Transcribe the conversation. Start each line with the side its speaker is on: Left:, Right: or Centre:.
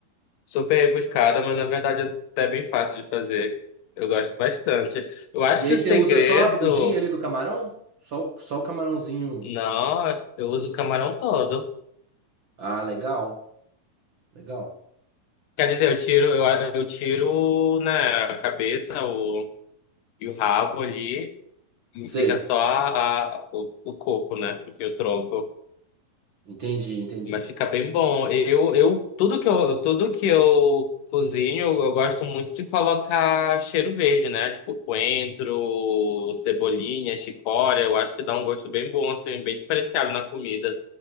Left: Super rebuscada, mas na verdade é até bem fácil de fazer. Eu gosto bastante. Eu acho
Right: E aí
Left: que o
Right: você
Left: segredo.
Right: usa só a bundinha ali do camarão? Só, o- só o camarãozinho.
Left: Não, eu uso o camarão todo.
Right: Ah, legal. Legal.
Left: Quer dizer, eu tiro, eu, eu tiro, né, a cabeça o, e o rabo ali e
Right: Sei.
Left: fica só a, a- o, o corpo, né? Enfim, o tronco.
Right: Entendi, entendi.
Left: Mas fica bem bom. Eu, eu, tudo que eu, tudo que eu cozinho, eu gosto muito de colocar cheiro verde, né? Tipo coentro, cebolinha, chicória. Eu acho que dá um gosto bem bom, assim, bem diferenciado na comida.